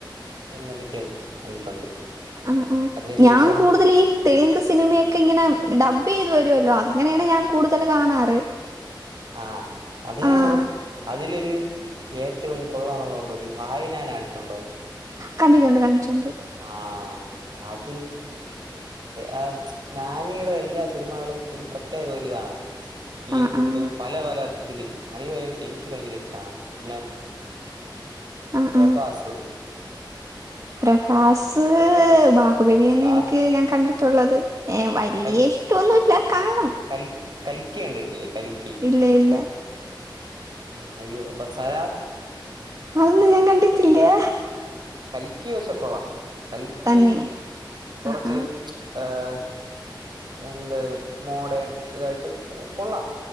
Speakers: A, on the right (about 60°); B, on the right (about 40°).
A: എല്ലാം മിക്കത് കണ്ടിട്ടുണ്ട്.
B: ആഹ് ആഹ്
A: അതിനുശേഷം
B: ഞാൻ കൂടുതൽ ഈ തെലുങ്ക് സിനിമയൊക്കെ ഇങ്ങനെ ഡബ് ചെയ്തു വരുവല്ലോ അങ്ങനെയാണ് ഞാൻ കൂടുതൽ കാണാറ്.
A: ആഹ് അതെയാണ്.
B: ആഹ്
A: അതിലൊരു ഏറ്റവും കൊള്ള എന്നുള്ളതത്ണ്ട ഒരു ഹായ് ഞാന കണ്ടിട്ടുണ്ടോ?
B: കണ്ടിട്ടുണ്ട് കണ്ടിട്ടുണ്ട്.
A: ആഹ് അത്. ആഹ് നാനിയുടെ എല്ലാ സിനിമകളും ഒരു പ്രത്യേക ഒരിതാണ്. ഫീൽ
B: ആഹ്
A: ഗുഡ്
B: ആഹ്
A: പല പല ഇതില്. എനിക്ക് ഭയങ്കര ഇഷ്ടാണ് പിന്നെ
B: ആഹ്
A: പ്രഭാസ്.
B: ആഹ് പ്രഭാസ് ബാഹുബലിന്നെ
A: ആ
B: എനിക്ക് ഞാൻ കണ്ടിട്ടുള്ളത്. ഏഹ വലിയ
A: കൽ
B: ഇഷ്ടോന്നുല്ല്യ കാണും.
A: കൽ കൽക്കി കണ്ടിട്ടില്ലേ കൽക്കി.
B: ഇല്ല ഇല്ല.
A: ഏ അയ്യോ പ്പ സാലാർ.
B: അതൊന്നും ഞാൻ കണ്ടിട്ടില്ലാ.
A: കൽക്കി പശേ കൊളാം കൽക്കി
B: തന്നെ
A: കൊറച്ച്.
B: ആഹ് ആഹ്
A: ഏഹ എന്ത് മോഡേൺ ഇതായിട്ട് കൊള്ളാം.